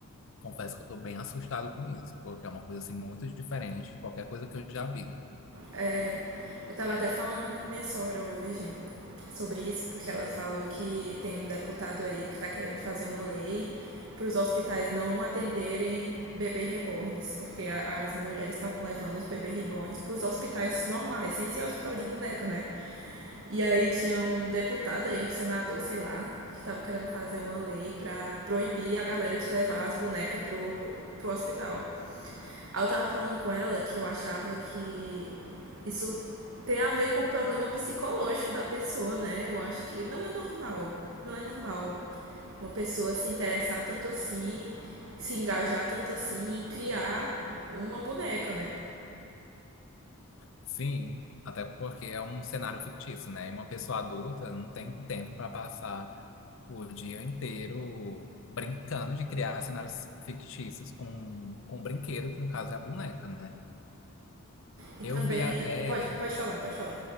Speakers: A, on the left; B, on the right.
A: Confesso que eu tô bem assustado com isso, porque é uma coisa assim muito diferente de qualquer coisa que eu já vi.
B: É, eu tava até falando com minha sogra hoje sobre isso, porque ela falou que tem um deputado aí que tá querendo fazer uma lei para os hospitais não atenderem bebê reborns, porque a- as mulheres estavam levando os bebê reborns para os hospitais normais, sem ser hospital de boneco, né? E aí tinha um deputado aí, um senador, sei lá, que tava querendo fazer uma lei pra proibir a galera de levar as bonecas pro, pro hospital. Aí eu tava falando com ela que eu achava que isso tem a ver com o problema psicológico da pessoa, né? Eu acho que não é normal. Não é normal uma pessoa se interessar tanto assim, se engajar tanto assim, em criar uma boneca, né?
A: Sim, até porque é um cenário fictício, né? E uma pessoa adulta não tem tempo para passar o dia inteiro brincando de criar cenários fictícios com, com um brinquedo, que no caso é a boneca, né?
B: E
A: Eu
B: também.
A: vi até,
B: Pode, pode falar, pode falar.